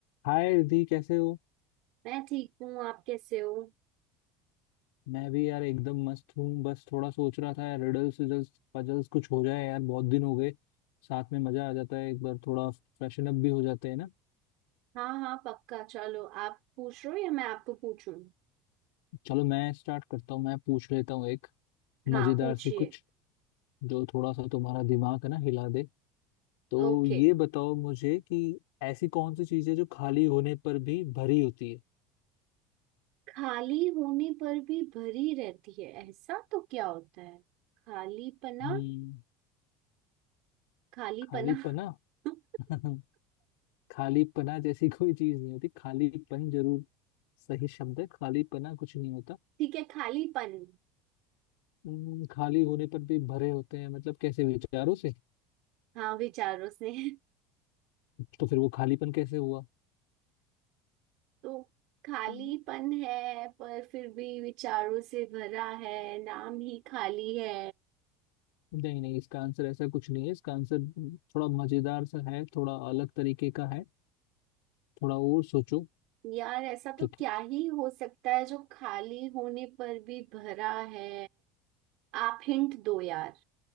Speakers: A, on the left (about 80°); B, on the right (about 65°).
A: हाय रिधि कैसे हो
B: मैं ठीक हूँ आप कैसे हो
A: मैं भी यार एकदम मस्त हूँ बस थोड़ा सोच रहा था यार रिडल्स रिडल्स पजल्स कुछ हो जाए यार बहुत दिन हो गए साथ में मजा आ जाता है एक बार थोड़ा फ्रेशन अप भी हो जाते हैं ना
B: हाँ हाँ पक्का चलो आप पूछ रहे हो या मैं आपको पूछूं
A: चलो मैं स्टार्ट करता हूँ मैं पूछ लेता हूँ एक मजेदार
B: हाँ पूछिए
A: सी कुछ जो थोड़ा सा तुम्हारा दिमाग है ना हिला दे तो
B: ओके
A: ये बताओ मुझे कि ऐसी कौन सी चीज़ है जो खाली होने पर भी भरी होती है
B: खाली होने पर भी भरी रहती है ऐसा तो क्या होता है खालीपना
A: हम्म
B: खालीपना
A: खाली पना
B: <laughs>
A: <laughs> खालीपना जैसी <laughs> कोई चीज नहीं होती खालीपन जरूर सही शब्द है खालीपना कुछ नहीं होता
B: ठीक है खालीपन
A: हम्म, खाली होने पर भी भरे होते हैं मतलब कैसे विचारों से
B: हाँ विचारों से <laughs>
A: तो फिर वो खालीपन कैसे हुआ
B: तो खालीपन
A: हम्म,
B: है पर फिर भी विचारों से भरा है नाम ही खाली है
A: नहीं नहीं इसका आंसर ऐसा कुछ नहीं है इसका आंसर थोड़ा मजेदार सा है थोड़ा अलग तरीके का है थोड़ा और सोचो
B: यार ऐसा तो
A: तो
B: क्या ही हो सकता है जो खाली होने पर भी भरा है आप हिंट दो यार